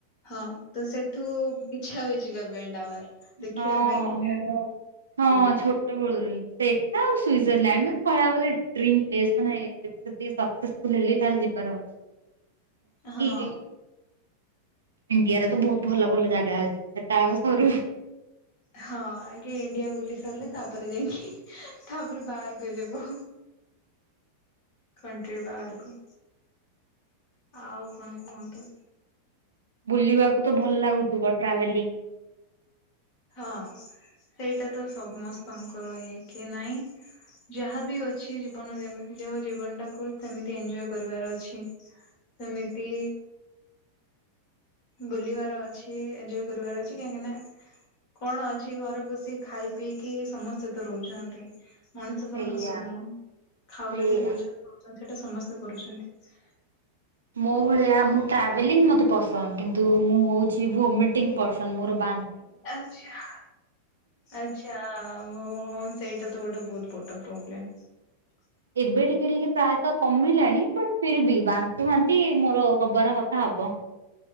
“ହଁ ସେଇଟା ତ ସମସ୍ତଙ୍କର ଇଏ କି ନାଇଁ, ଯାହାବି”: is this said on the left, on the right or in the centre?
Left